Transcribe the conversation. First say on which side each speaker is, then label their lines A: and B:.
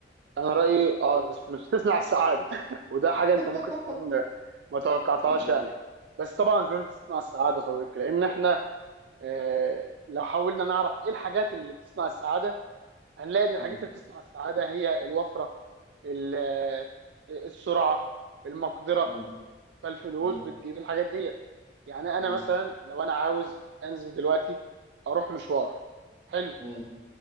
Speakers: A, on the right; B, on the right.
A: انا رايي اه إن الفلوس تصنع السعاده <laughs> وده حاجه
B: <laughs>
A: انت ممكن تكون ما توقعتهاش
B: مم.
A: يعني بس طبعا الفلوس بتصنع السعاده يا صديقي لان احنا آه لو حاولنا نعرف ايه الحاجات اللي بتصنع السعاده هنلاقي ان الحاجات
B: مم.
A: اللي بتصنع السعاده هي الوفره ال- آه، السرعه المقدره
B: مم.
A: فالفلوس
B: مم.
A: بتجيب الحاجات دي يعني انا
B: مم.
A: مثلا لو انا عاوز انزل دلوقتي اروح مشوار حلو
B: مم.